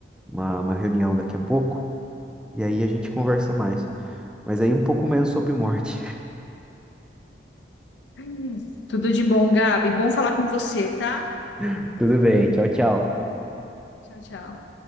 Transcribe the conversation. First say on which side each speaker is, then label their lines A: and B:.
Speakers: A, in the centre; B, on the left.
A: uma, uma reunião daqui a pouco, e aí a gente conversa mais. Mas aí um pouco menos sobre morte.
B: Ai, Tudo de bom, Gabi. Bom falar com você, tá?
A: <laughs> Tudo bem, tchau, tchau.
B: Tchau, tchau.